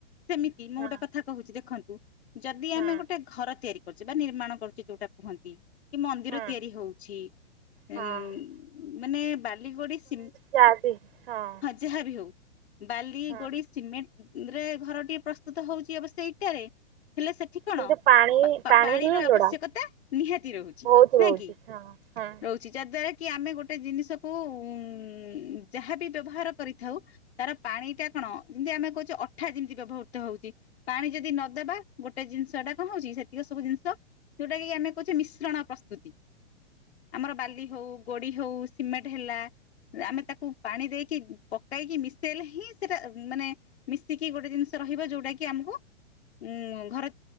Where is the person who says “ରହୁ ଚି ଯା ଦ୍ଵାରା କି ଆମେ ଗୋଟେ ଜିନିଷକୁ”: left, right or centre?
Left